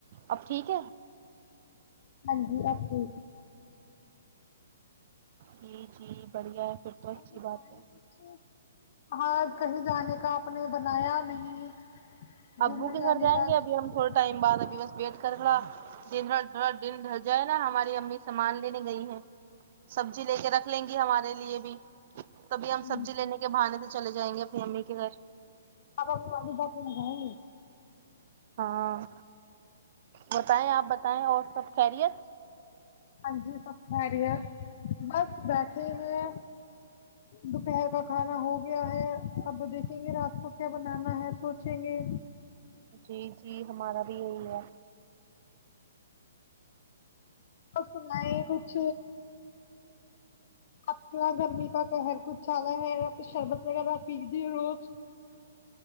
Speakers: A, on the right (about 50°); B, on the left (about 50°).
A: اب ٹھیک ہے
B: ہاں جی اوکے
A: جی جی بڑھیا ہے پھر تو اچھی
B: اور بتائیں
A: بات ہے
B: کچھ آ کہیں جانے کا اپنے بنایا نہیں گھومنے
A: ابو کے
B: جانے
A: گھر جائیں
B: کا ہاں
A: گے اب ہم تھوڑے ٹائم بعد ابھی بس ویٹ کر دن ر دن ڈھر جائے نا ہماری امی سامان لینے گئی ہے سبزی لے کے رکھ لیں گی ہمارے لیے بھی تبھی ہم
B: جی
A: سبزی لینے کے بہانے تھ چلے جائیں گے اپنی امی کے گھر
B: آب م بات میں ج ہے
A: ہاں بتائیں آپ بتائیں اور سب خیریت
B: ہاں جی سب خہ رہی ہے بس بیٹھے ہو ہیں دوپہر کا کھانا ہو گیا ہے اب دیکھیں گے رات کو کیا بنانا ہے سوچیں گے
A: جی جی ہمارا بھی یہی ہے
B: کس ل ہے کچ انا گرمی کا پہر کچھ زدا ہے کچھ شربت وغیرہ پی د روز